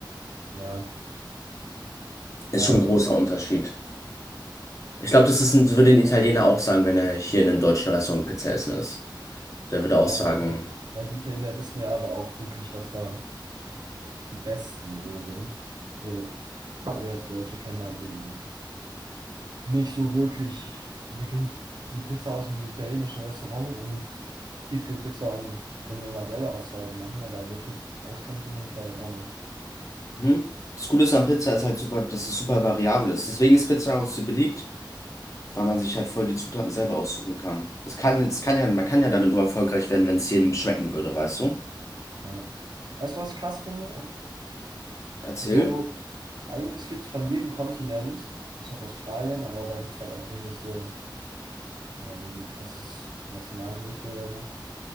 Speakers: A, on the right; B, on the left.
A: Ja,
B: Ist
A: ja,
B: schon ein
A: okay.
B: großer Unterschied. Ich glaube, das ist ein, würde ein Italiener auch sagen, wenn er hier in einem deutschen Restaurant Pizza essen ist. Der würde auch
A: Ja,
B: sagen,
A: das stimmt. Ja, die Italiener wissen ja aber auch wirklich, was da die Besten so sind. So, wir als Deutsche kennen halt eben nicht so wirklich. Wir kennen die Pizza aus dem italienischen Restaurant und Tiefkühlpizza, und wenn wir mal selber was zu Hause machen, aber wirklich auskennen tun wir uns halt auch nicht.
B: Mhm. Das Coole ist an Pizza ist halt super, dass es super variabel ist. Deswegen ist Pizza auch so beliebt, weil man sich halt voll die Zutaten selber aussuchen kann. Das kann, das kann ja, man kann ja damit nur erfolgreich werden, wenn es jedem schmecken würde, weißt du?
A: Ja. Weißt du, was ich krass finde?
B: Erzähl.
A: So, eigentlich gibt es von jedem Kontinent, bis auf Australien, aber da gibt es halt auch wenig so. Ja, irgendwie krasses Nationalgerichte oder so.